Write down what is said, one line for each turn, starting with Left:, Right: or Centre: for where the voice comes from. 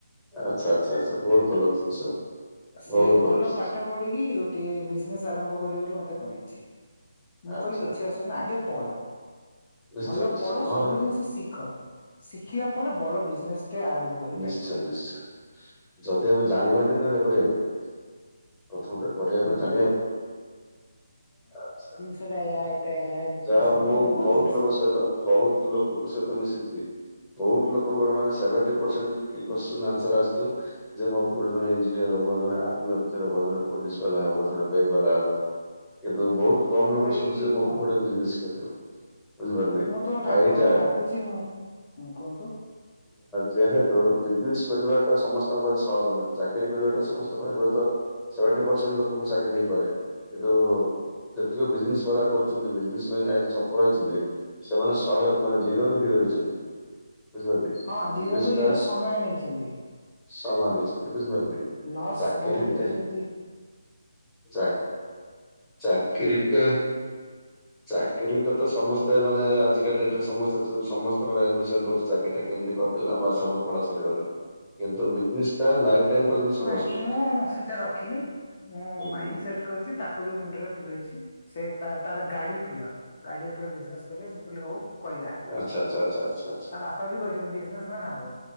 Centre: ଆଚ୍ଛା ଆଚ୍ଛା ଆଚ୍ଛା ବହୁତ ଭଲ ଜିନିଷ।
Left: ସିଏ
Centre: ବହୁତ
Left: ଭଲ
Centre: ଡିସିସନ
Left: ପାଠ ପଢିକି ଗୋଟେ ବିଜନେସ ଆରମ୍ଭ କରିବ ବୋଲି ମତେ କହିଛି। ମୁଁ
Centre: ଆଚ୍ଛା
Left: କହିଲି କିଛି ଅସୁନାଇ ଆଗେ ପଢ
Centre: ନିଶ୍ଚୟ
Left: ଭଲ
Centre: ନିଶ୍ଚୟ
Left: ପଢ
Centre: ନହେଲେ
Left: ସବୁ ଜିନିଷ ଶିଖ। ଶିଖିଲା ପରେ ବଡ ବିଜନେସ ଟେ ଆରମ୍ଭ କରିପାରିବ।
Centre: ନିଶ୍ଚୟ ନିଶ୍ଚୟ ଯଦି ଆମେ ଜାଣିବାନି ତାହେଲେ କରିବା କେମିତି? ପ୍ରଥମେ ତ କରିବା
Left: ହୁଁ
Centre: ପାଇଁ ଜାଣିବାକୁ ପଡିବ। ଆଛା
Left: କେବେ ଏୟା ଏଟା ଏୟା ଏମିତି
Centre: ଯାହା
Left: ସେମିତି
Centre: ମୁଁ ବହୁତ
Left: ଜିନିଷ।
Centre: ଲୋକ ସହିତ ବହୁତ ଲୋକଙ୍କ ସହିତ ମିଶିଛି ବହୁତ ଲୋକଙ୍କର ମାନେ ସେଭେନଟି ପର୍ସେଣ୍ଟ କି କୋତ୍ସିନର୍ ଆନସର ଆସିଥିବ ଯେ ମୋ ପୁଅ ଜଣେ ଇଞ୍ଜିନିୟର ହବ ଜଣେ ଆର୍ମି ଅଫିସର ହବ ଜଣେ ପୋଲିସ ବାଲା ହବ ଜଣେ ବ୍ୟାଙ୍କ ବାଲା ହବ କେବେ କିନ୍ତୁ ବହୁତ କମ
Left: ନା
Centre: ଲୋକଠୁ
Left: ଭାଇ
Centre: ଶୁଣିଚି ଯେ ମୋ
Left: ମ
Centre: ପୁଅ ଗୋଟେ ବିଜନେସ କରିବ। ବୁଝିପାରିଲେ
Left: ମୁଁ ତ ଠାକୁରଙ୍କୁ
Centre: ଆଉ ଏଇଟା
Left: ଡାକୁଛି ମୁଁ କୁହନ୍ତୁ
Centre: ଯେହେତୁ ବିଜନେସ କରିବାଟା ସମସ୍ତଙ୍କ ପାଖେ ସହଜ ନୁହେଁ। ଚାକିରି କରିବାଟା ସମସ୍ତଙ୍କ ପାଇଁ ହୁଏତ ସେଭେନ୍ଟି ପରସେଣ୍ଟ ଲୋକଙ୍କୁ ଚାକିରି ହେଇପାରେ କିନ୍ତୁ ଯେତିକ ବିଜନେସ ବାଲା କରୁ ଛନ୍ତି ବିଜନେସ ମ୍ୟାନ ଆଜି ସଫଳ ହେଇଛନ୍ତି ସେମାନେ ଶହେ ମାନେ ଜିରୋ ରୁ ହିରୋ ହେଇଛନ୍ତି। ବୁଝିପାରଲେ,
Left: ହଁ ଜିରୋ
Centre: ବିଜନେସ
Left: ରୁ
Centre: ଟା
Left: ହିରୋ ସମୟ ନେଇଛନ୍ତି।
Centre: ସମୟ ନେଇଛନ୍ତି ବୁଝିପାରିଲେ,
Left: ଲସ୍
Centre: ଚାକିରିଟା
Left: ବହୁତ ହେଇଛି ଯେମିତି
Centre: ଚାକ ଚାକିରିଟା ଚାକିରୀଟା ତ ସମସ୍ତେ ମାନେ ଆଜିକା ଡେଟରେ ସମସ୍ତେ ସମସ୍ତଙ୍କର ଆମ୍ବିସନ୍ ରହୁଛି ଚାକ ଏଇଟା କେମିତି କରିଦେଲା ବାସ ଆମ ପଢ଼ା ସରିଗଲା, କିନ୍ତୁ ବିଜନେସଟା ଲାଇଫ ଟାଇମ ପର୍ଯ୍ୟନ୍ତ ସଂଘର୍ଷ
Left: ନାଇଁ
Centre: ରହୁଛି।
Left: ମୁଁ ସେଟା ରଖିନି, ମୁଁ
Centre: ହୁଁ
Left: ମାଇଣ୍ଡ ସେଟ୍ କରଛି ତାକୁ ବି ମୁଣ୍ଡରେ ପୁରେଇଛି। ସେ ତା-ତାର ଗାଡି ପ୍ରିୟ ଗାଡି ଉପରେ ବିଜନେସ କରିବ, ସିମ୍ପଲି ହଉ। କରିବା।
Centre: ଆଚ୍ଛା ଆଛା। ଚ୍ଛା ଆଛା ଆଛା।
Left: ତା ବାପା ବି କହିଛନ୍ତି ବିଜନେସ ମ୍ୟାନ ହବ,